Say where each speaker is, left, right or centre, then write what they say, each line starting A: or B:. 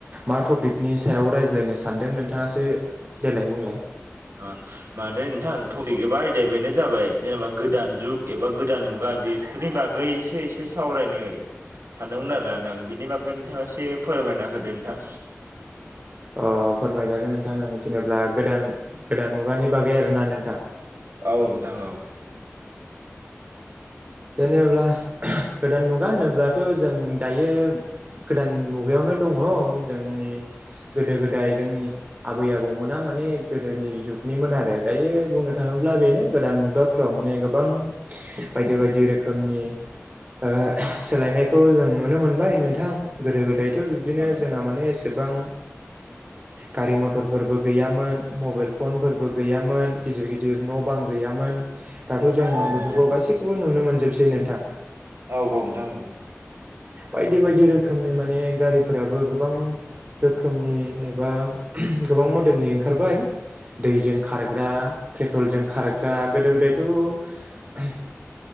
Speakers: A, on the right; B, on the right.
A: मा टपिकनि सायाव रायज्लायनो सानदों नोंथाङासो देलाय बुंलाय?
B: ओ माथो नोंथां टपिक एबा आयदाया बेनो जाबाय जेनेबा गोदान जुग एबा गोदान मुगा बेफोरनि बागै एसे एसे सावरायनो सानदोंमोन आरो ना नोंथां बिनि बागै नोंथाङा एसे फोरमायना होदो नोंथां।
A: अ फोरमायजागोन नोंथां आं जेनेबा गोदान गोदान मुगानि बागै आरोना नोंथां?
B: औ नोंथां औ।
A: जेनेब्ला गोदान मुगा होनोब्लाथ' जों दायो गोदान मुगायावनो दङ जोंनि गोदो गोदाय जोंनि आबै आबौमोना माने गोदोनि जुगनिमोन आरो दायो बुंनो थाङो ब्ला बेनो गोदान मुगाफ्राव माने गोबां बायदि बायदि रोखोमनि ओ सोलायनायखौ जों नुनो मोनबाय नोंथां। गोदो-गोदायथ' बिब्दिनो
B: औ
A: जोंहा माने एसेबां गारि-मथरफोरबो गैयामोन मबाइल फनफोरबो गैयामोन गिदिर गिदिर न' बां गैयामोन। दाथ' जों
B: औ
A: बेफोरखौ
B: नोंथां
A: गासैखौबो नुनो मोनजोबसै नोंथां।
B: औ-औ नोंथां।
A: बायदि-बायदि रोखोमनि माने गारिफोराबो गोबां रोखोमनि एबा गोबां मडेलनि ओंखारबाय। दैजों खारग्रा पेट्रलजों खारग्रा गोदो-गोदाय त'